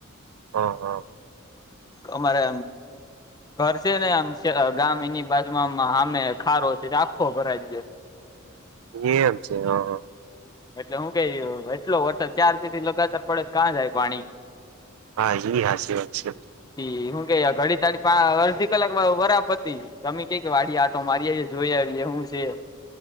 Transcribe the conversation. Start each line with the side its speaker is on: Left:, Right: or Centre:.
Right: હ હા.
Left: હ મારે ઘરસે ને આમ ગામ એની પાસમાં અમે ખારો છે રાખો ઘરા જ.
Right: એ આમ છે હા હા.
Left: એટલે હું કઈ એટલો વરસાદ થી લગાતર પડે કાં જાય પાણી.
Right: હા એ આશીર્વાદ છે.
Left: પછી હું કે ઘડી તાડી પા અડધી કલાકમાં વરા પતી. તમી કઈક વાડી આટો મારી જોઈ આવી હું છે.